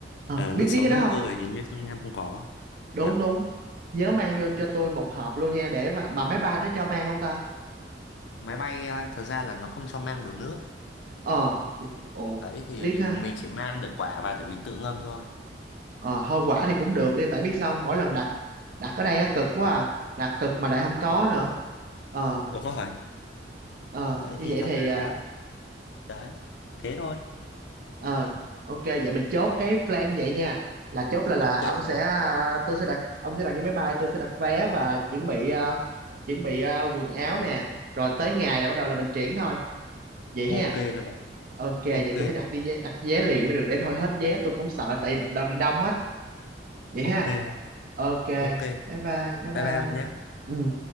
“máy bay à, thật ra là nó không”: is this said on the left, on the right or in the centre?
Left